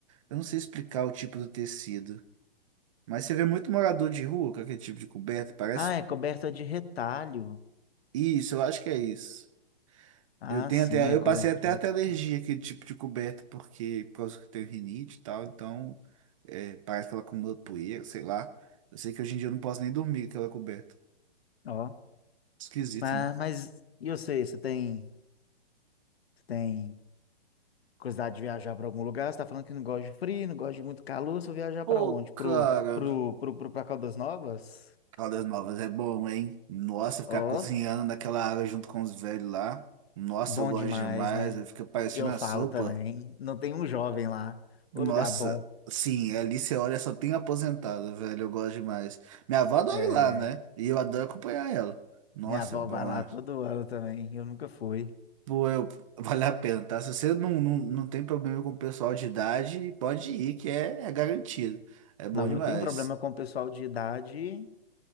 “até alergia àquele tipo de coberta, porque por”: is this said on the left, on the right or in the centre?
Right